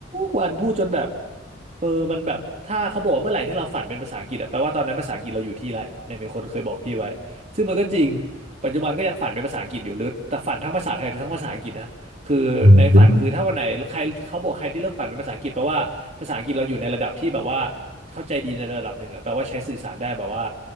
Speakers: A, on the right; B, on the right.
A: กวันพูดจนแบบเออมันแบบถ้าเขาบอกว่าเมื่อไหร่ที่เราฝันเป็นภาษาอังกฤษอะแปลว่าตอนนั้นภาษาอังกฤษเราอยู่ที่ไรเนี่ยมีคนเคยบอกพี่ไว้ซึ่งมันก็จริงปัจจุบันก็ยังฝันเป็นภาษาอังกฤษอยู่หรือแต่ฝันทั้งภาษาไทยทั้งภาษาอังกฤษนะ คือในฝันคือถ้าวันไหนใครเขาบอกใครที่เริ่มฝันเป็นภาษาอังกฤษแปลว่าภาษาอังกฤษเราอยู่ในระดับที่แบบว่า
B: อืม
A: เข้าใจดีในระดับหนึ่งอะแปลว่าใช้สื่อสารได้แบบว่า